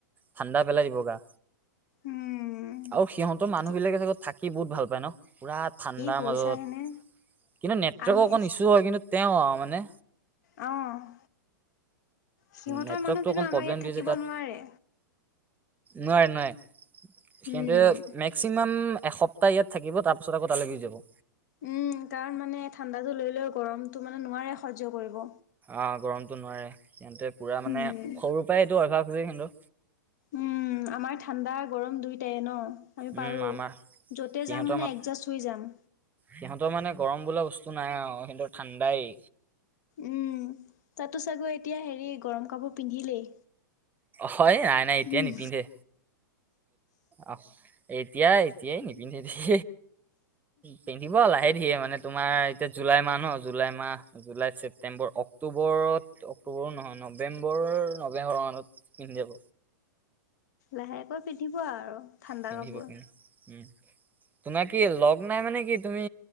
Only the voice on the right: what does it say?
ঠাণ্ডা পেলাই দিব গা
আৰু সিহতৰ মানুহ
বিলাকে চাগত থাকি বহুত ভাল পায় ন? পুৰা ঠাণ্ডাৰ
মাজত
কিন্তু নেটৱৰ্কৰ
অকণ ইছ্যু হয় কিন্তু তেওঁ আহ মানে
নেটৱৰ্কটো
অকণ
প্ৰব্লেম
দিছে
তাত
নোৱাৰে নোৱাৰে সিহঁতে
মেক্সিমাম এসপ্তাহ ইয়াত থাকিব তাৰপিছত আকৌ তালৈ গুচি যাব।
অ গৰমতটো নোৱাৰে সহতে পুৰা মানে
সৰুৰ পৰাই এইটো অভ্যাস হৈছে কিন্তু
উম আমাৰ
সিহঁতৰ
মাত
সিহঁতৰ মানে গৰম বোলা বস্তু নাই আৰু সিহঁত ঠাণ্ডাই
হয় নাই নাই এতিয়াই
নিপিন্ধে আহ এতিয়াই এতিয়াই নিপিন্ধে দেই পিন্ধিব লাহে ধিয়ে মানে তোমাৰ এতিয়া জুলাই মাহ ন জুলাই মাহ মাহ জুলাই ছেপ্টেম্বৰ অক্টোবৰত অক্টোবৰো নহয় নৱেম্বৰ নৱেম্বৰৰ মানত পিন্ধি যাব
পিন্ধিব
পাৰে ও তোমাক কি লগ নাই মানে কি তুমি